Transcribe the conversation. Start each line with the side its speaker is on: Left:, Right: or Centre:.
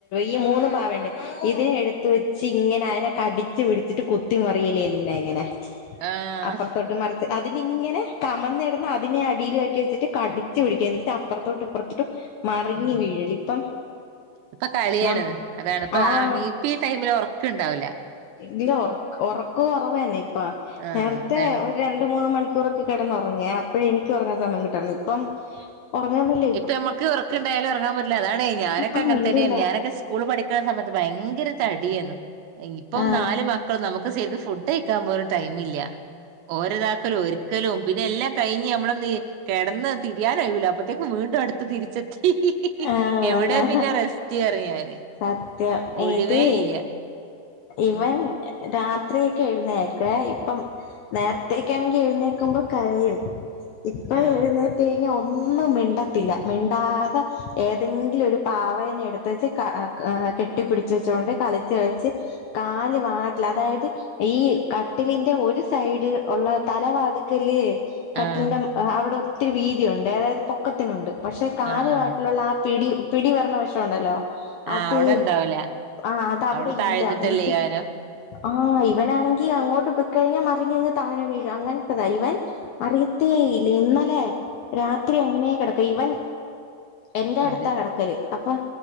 Left: ഈ മൂന്ന് പാവണ്ട് ഇതിനെ എടുത്ത് വെച്ച് ഇങ്ങനെ അതിനെ കടിച്ചു പിടിച്ചിട്ട് കുത്തി മറിയലേന്നെ ഇങ്ങനെ
Right: ആഹ്
Left: അപ്പുറത്തോട്ട് മറി- അതിനിങ്ങനെ കമന്ന് കിടന്ന് അതിനെ അടിയില ആക്കി വെച്ചിട്ട് കടിച്ച് പിടിക്ക എന്നിട്ട് അപ്പുറത്തോട്ട് ഇപ്പറത്തോട്ട് മറിഞ്ഞ
Right: ഉം
Left: വീഴൽ ഇപ്പം
Right: ഇപ്പൊ കളിയാണ്
Left: നം
Right: അതാണ് ഇപ്പ
Left: ആഹ്
Right: ഇപ്പ ഈ ടൈമില് ഉറക്കം ഇണ്ടാവൂല്ല
Left: ഇതിന് ഉറക്ക കൊറവ തന്നെ ഇപ്പ
Right: ആഹ്
Left: നേരത്തെ
Right: അതാണ്
Left: ഒരു ര രണ്ട് മൂന്ന് മണിക്കൂറൊക്കെ കിടന്ന് ഉറങ്ങും അപ്പോഴ എനിക്ക് ഉറങ്ങൻ സമയം കിട്ടുള്ളു ഇപ്പം ഉറങ്ങുന്നില്ല
Right: ഇപ്പൊ ഞമ്മക്ക് ഉറക്കണ്ടായാലും ഉറങ്ങാൻ പറ്റില്ല അതാണേയ് ഞാനൊക്കെങ്ങനെ
Left: ആഹ് ഇല്ലില്ല
Right: തന്നെയാണ് ഞാനൊക്കെ സ്കൂൾ പഠിക്കുന്ന സമയത്ത് ഭയങ്കര തടിയേന് ഇപ്പം
Left: ആഹ്
Right: നാല് മക്കൾ നമുക്ക് സെരിക്ക് ഫുഡ് കഴി ക്കാൻ പോലും ടൈമില്ല ഓരതാക്കലും ഒരിക്കലും പിന്നെ എല്ലാം കഴിഞ്ഞ് നമ്മളന്ന് ഇ- കിടന്ന് തിരിയാനൊയിവില്ല അപ്പത്തേക്ക് വീണ്ടും അടുത്ത് തിരിച്ചെത്തി
Left: ആഹ്
Right: എവിടെ
Left: തന്നെ
Right: പിന്നെ റെസ് റ്റ് റിയു ഞാന്
Left: സത്യം
Right: ഒഴിവേ
Left: ഇത്
Right: ഇല്ല
Left: ഇവൻ
Right: ഉം
Left: രാത്രിയെക്കെ എഴുന്നേക്കുവേ ഇപ്പം നേരത്തേയെക്കാണെങ്കി എഴുന്നേക്കുമ്പോ കരയും ഇപ്പോ
Right: ആഹ്
Left: എഴുന്നേ ഒന്നും മിണ്ടത്തില്ല മിണ്ടാതെ ഏതെങ്കിലും ഒരു പാവേനെ എടുത്ത് വെച്ച് ക കെട്ടിപ്പിടിച്ച് വെച്ചുകൊണ്ട് കളിച്ച് കളിച്ച് കാല് വാട്ടിൽ അതായത് ഈ കട്ടിലിന്റെ ഒരു സൈഡ് ഉള്ള തലവാതുക്കല് കട്ടിലിന്റെ
Right: ആഹ്
Left: അവിടെ ഒത്തിരി വീതിയൊണ്ടേ അതായത് പൊക്കത്തിനുണ്ട് പക്ഷേ കാലു
Right: ആഹ് ആഹ്
Left: ഭാഗത്തിലുള്ള ആ പിടി പിടി വരണ വശമൊണ്ടല്ലോ അത്
Right: ആഹ് അവിടെ ഇണ്ടാവൂല
Left: ആഹ് അതവിടെ
Right: അവിടെ താഴ്ന്നിട്ടല്ലേ
Left: ഇല്ല എനിക്ക്
Right: കാരം
Left: ആഹ് ഇവനാണെങ്കി അങ്ങോട്ട് പൊക്കഴിഞ്ഞ മറിഞ്ഞങ്ങ് താഴെ വീഴും അങ്ങനത്തെതാ ഇവൻ അറിയത്തേ ഇല്ല ഇന്നലെ രാത്രി അങ്ങനെ കിടക്കും ഇവൻ എന്റെ അടുത്താ
Right: അതെ
Left: കിടക്കല് അപ്പോം